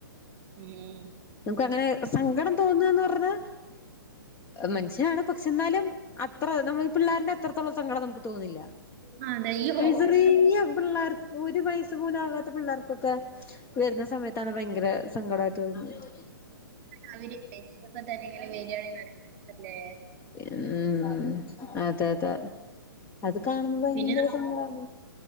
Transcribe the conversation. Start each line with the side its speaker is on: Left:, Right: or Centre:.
Right: ഉം
Left: നമുക്ക് അങ്ങനെ സങ്കടം തോന്നുന്നന്ന് പറഞാ മനുഷ്യനാണ് പക്ഷെ ഇന്നാലും അത്ര നമ്മള് പിള്ളേര്ന്റെ അത്രത്തോളം സങ്കടം നമുക്ക് തോന്നില്ല
Right: അ അതെ ഈ ഹോ
Left: ചെറിയ പിള്ളേർക്ക് ഒരു വയസ് പോലും ആകാത്ത പിള്ളേർക്കൊക്കെ വരുന്ന സമയത്താണ് ഭയങ്കര സങ്കടയിട്ട് തോന്നിയത്
Right: അവര്പ്പ തന്നെ ഇങ്ങനെ വരിയാണി നല്ലദല്ലേ
Left: ഉം അതെ അതെ അത് കാണുമ്പോ ഭയങ്കരം
Right: പിന്നെ
Left: സങ്കടാണ്